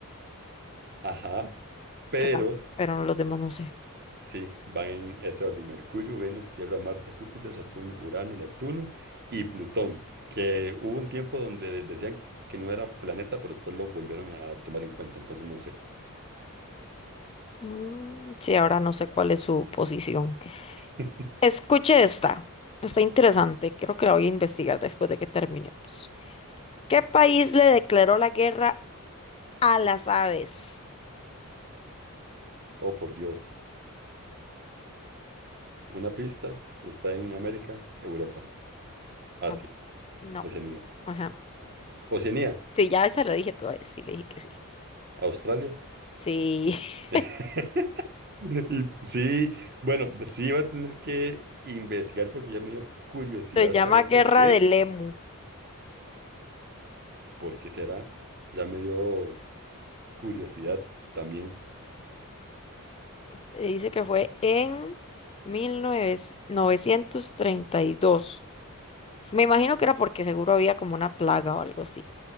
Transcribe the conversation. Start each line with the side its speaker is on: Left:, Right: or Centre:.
Right: Ajá, pero
Left: que tam- pero los demás no sé.
Right: sí, van en ese orden. Mercurio, Venus, Tierra, Marte, Júpiter, Saturno, Urano, Neptuno y Plutón. Que hubo un tiempo donde decían que no era planeta, pero después lo volvieron a tomar en cuenta. Entonces no sé.
Left: Mm, sí, ahora no sé cuál es su posición.
Right: <laughs>
Left: Escuche esta. Está interesante. Creo que la voy a investigar después de que terminemos. ¿Qué país le declaró la guerra a las aves?
Right: Oh, por Dios. Una pista está en América, Europa, Asia,
Left: Tam- no.
Right: Oceanía.
Left: Ajá.
Right: Oceanía,
Left: Sí, ya esa la dije todavía. Sí, le dije que sí.
Right: Australia.
Left: Sí. <laughs>
Right: <laughs> <laughs> Y sí, bueno, pues sí va a tener que investigar porque ya me dio curiosidad
Left: Se llama
Right: saber
Left: Guerra
Right: por qué.
Left: del Emu.
Right: ¿Por qué será? Ya me dio curiosidad también.
Left: Eh, Dice que fue en mil novecientos treinta y dos. Me imagino que era porque seguro había como una plaga o algo así.